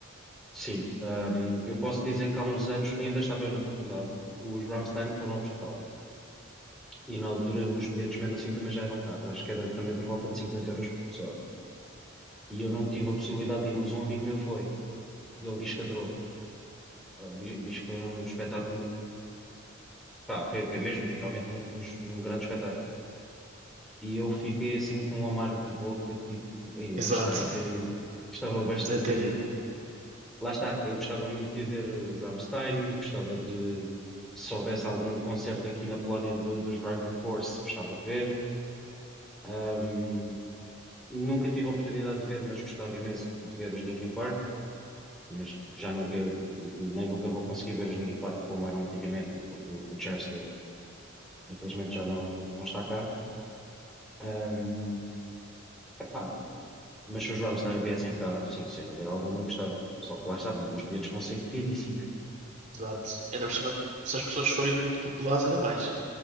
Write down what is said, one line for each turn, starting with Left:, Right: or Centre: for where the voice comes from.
Centre: sim. Ahm, eu posso dizer que há uns anos, ainda estava eu na faculdade, os Rammstein foram a Portugal. E na altura os bilhetes mesmo assim também já eram caros, acho que era também por volta de 50 euros por pessoa. e eu não tive a possibilidade de ir, mas um amigo meu foi e ele diz que adorou. Ah, di- Diz que foi um espetáculo, pá, foi, foi mesmo literalmente um, um es- um grande espetáculo. E eu fiquei assim com um amargo de boca, tipo, "Ei,
Right: Exato.
Centre: eu gostava de ter ido, gostava bastante
Right: Dizia
Centre: de
Right: ter
Centre: ter
Right: ido,
Centre: ido.
Right: não foi?
Centre: Lá está, eu gostava muito de ver os Rammstein, gostava de, se houvesse algum concerto aqui na Polónia do- dos Dragon Force, gostava de ver. Ahm, nunca tive a oportunidade de ver, mas gostava imenso de ver os Linkin Park. mas já nunca, nem nunca vou conseguir ver os Linkin Park como eram antigamente, porque o, o Chester, infelizmente, já não, não está cá. Ahm, epá, mas se os Rammstein viessem cá, sim, sem dúvida alguma, eu gostava. Só que lá estava, os bilhetes vão ser caríssimos.
Right: Exato. Ainda por cima, se as pessoas forem muito populares, ainda mais.